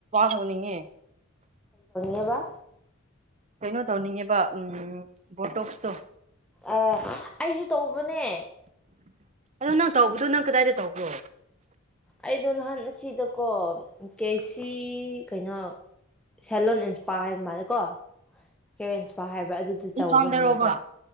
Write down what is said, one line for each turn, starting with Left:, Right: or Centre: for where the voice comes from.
Right: ꯇꯧꯅꯤꯡꯉꯦ
Centre: ꯌꯥꯕ
Right: ꯀꯩꯅꯣ ꯇꯧꯅꯤꯡꯉꯦꯕ ꯎ ꯕꯣꯇꯣꯛꯁꯇꯣ
Centre: ꯑ ꯑꯩꯁꯨ ꯇꯧꯕꯅꯦ
Right: ꯑꯗꯣ ꯅꯪ ꯇꯧꯕꯗꯨꯣ ꯅꯪ ꯀꯗꯥꯏꯗ ꯇꯧꯕꯣ
Centre: ꯑꯩꯗꯣ ꯅ ꯍꯥꯟ ꯁꯤꯗꯀꯣ ꯀꯦꯁꯤ ꯀꯩꯅꯣ ꯁꯦꯂꯣꯟ ꯏꯟꯁꯄꯥꯔ ꯍꯥꯏꯕ ꯃꯥꯜꯂꯦꯀꯣ ꯍꯦꯌꯔ ꯏꯟꯁꯄꯥꯔ ꯍꯥꯏꯕ꯭ꯔꯥ ꯑꯗꯨ ꯑꯗꯨꯗ ꯇꯧꯕꯅꯦꯕ
Right: ꯏꯝꯐꯥꯜꯗꯔꯣꯕ